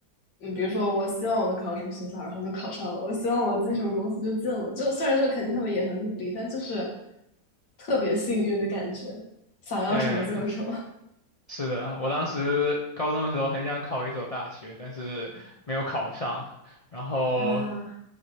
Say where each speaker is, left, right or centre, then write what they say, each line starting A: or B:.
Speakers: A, on the left; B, on the left.
A: 嗯，比如说我希望我能考上什么学校，然后就考上了；我希望我进什么公司就进了。就虽然说肯定他们也很努力，但就是特别幸运的感觉，想要什么就有什么。
B: 对，是的，我当时高中的时候很想考一所大学，但是没有考上，然后，
A: 啊，